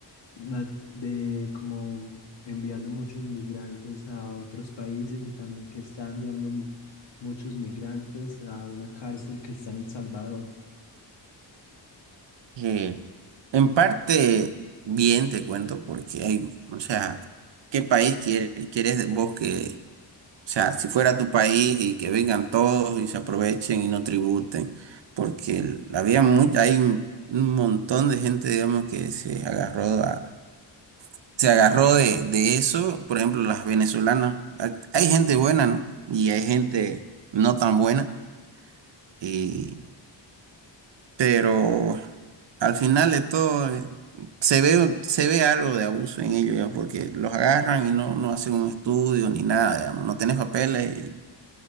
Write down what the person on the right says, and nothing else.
Que en parte bien te cuento, porque hay, o sea, ¿qué país quiere- quieres vos que O sea, si fuera tu país y que vengan todos y se aprovechen y no tributen, porque el- había mucha, hay un un montón de gente, digamos, que se agarró a- se agarró de, de eso, por ejemplo, las venezolanas. Hay hay gente buena, ¿no? Y hay gente no tan buena, y, pero al final de todo eh, se ve, se ve algo de abuso en ellos, ya, porque los agarran y no, no hacen un estudio ni nada, digamos, no tenés papeles y,